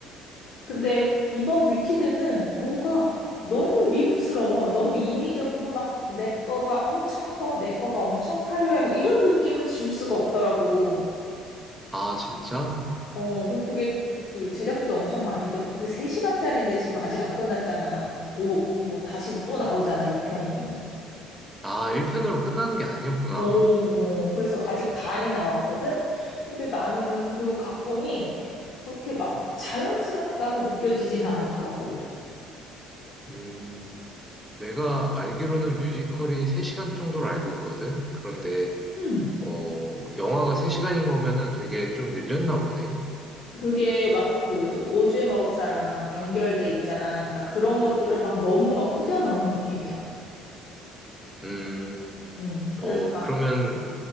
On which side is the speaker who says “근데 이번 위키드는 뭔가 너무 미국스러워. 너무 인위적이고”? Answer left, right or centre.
Left